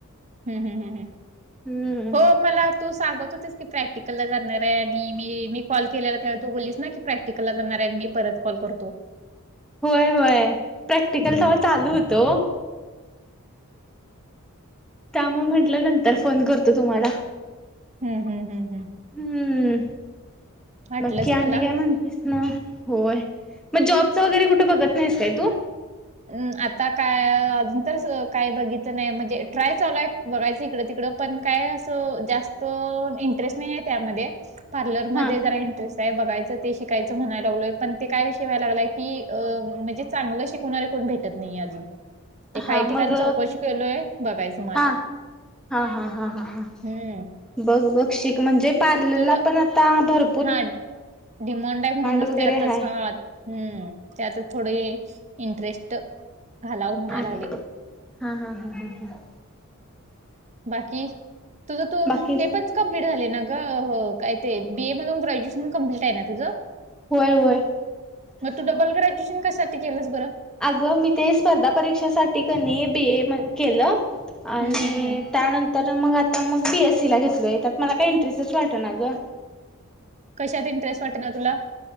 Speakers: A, on the right; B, in the centre.
A: हम् हम् हम हम.
B: हम्म
A: हो मला तू सांगत होतीस की प्रॅक्टिकलला जाणार हाय, आणि मी मी कॉल केलेला त्या वेळी तू बोललीस ना की प्रॅक्टिकलला जाणार हाय आणि मी परत कॉल करतो.
B: होय होय प्रॅक्टिकल
A: हम्म
B: तेवा चालू होतं वो. त्या मुळ म्हटल नंतर फोन करतो तुम्हाला.
A: हम् हम हम हम.
B: हम्म.
A: वाटलंच
B: बाकी आणि
A: मला
B: काय म्हणतीस म? होय. म जॉबचं वगैरे कुठे बघत नाहीस काय तू?
A: हम् आता काय अजून तर काय बघितलं नाही म्हणजे ट्राय चालू हाय बघायचं इकडं तिकडं पण काय असं जास्त इंटरेस्ट नाही आहे त्यामध्ये पार्लर
B: हा
A: मध्ये जरा एंटरेस्ट हाय बघायचं ते शिकायचं म्हणायला लागलोय, पण ते काय विषय व्हाय लागलाय की अ म्हणजे चांगलं शिकणारे कोण भेटत नाहीे अजून. हे
B: हा
A: काही
B: मग
A: ठिकाण चौकशी केलोय बघायचं म आता.
B: हा हा हा हा हा हा
A: हम्म
B: बघ बघ शिक म्हणजे पार्लरला
A: तुझं
B: पण आता भर
A: हा डिमोंड आहे म्हणूनच
B: वगैरे
A: ते आता
B: हाय
A: सा हम्म, त्याच थोडे इंटरेस्ट घालाव म्हणायला
B: हा
A: लागली.
B: हा हा हा ह ह
A: बाकी? तुझं तू
B: बाकी
A: हे पण कम्प्लीट झाले ना ग, काय ते बीए मधून ग्रॅज्युएशन कं्प्लीट आहे ना तुझं?
B: होय, होय,
A: मग तू डबल ग्रॅज्यएशन कससाठी केलंस बरं?
B: अगं मी ते स्पर्धा परीक्षेसाठी कनी बी ए केलं आणि
A: हम्म हम्म हम्म
B: त्यानंतर तर मग आता मग बी एस सी ला घेतलय. त्यात मला काही इंटरेस्टच वाटत ना गं.
A: कशात इंरेस्ट वाटत ना तुला?